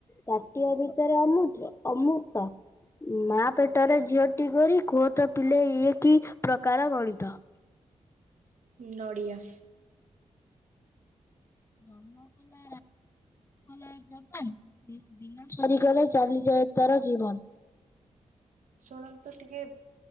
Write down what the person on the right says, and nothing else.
ହୁଁ ନଡ଼ିଆ।
ଶୁଣନ୍ତୁ ଟିକେ